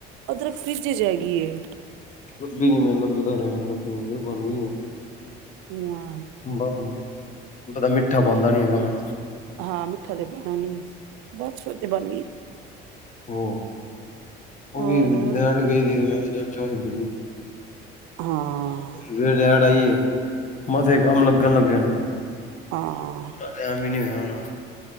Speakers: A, on the right; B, on the left.
A: ਅਦਰਕ ਫਰਿਜ ਇਚ ਹੈਗੀ ਏ
B: ਲੱਭੀ ਨੀ ਮੈਨ ਲੱਭਦਾ ਰੇਆ ਲੱਭੀ ਨ ਬਨ ਗਿਆ
A: <inaudible>
B: ਬਹ ਮਿੱਠਾ ਪਾਂਦਾ ਨੀ ਹੈਗਾ ਮੈਂ
A: ਹਾਂ ਮਿੱਠਾ ਤੇ ਪਾਣਾ ਨੀ ਬਸ ਫੇਰ ਤੇ ਬਣ ਗਈ।
B: ਹੋ ਉਹ
A: ਹੋਰ
B: ਵੀ ਲੈਟ ਗਈ ਦੀ ਮੈ ਵੀ ਚਾਹ ਈ ਪੀਣੀ
A: ਹਾਂ।
B: ਫ ਲੈਟ ਆਈਏ ਮਸੇ ਕੰਮ ਲੱਗਣ ਲੱਗੇ ਣ।
A: ਹਾਂ।
B: ਟੈਮ ਵੀ ਨੀ ਹੋਇਆ ਹੋਣਾ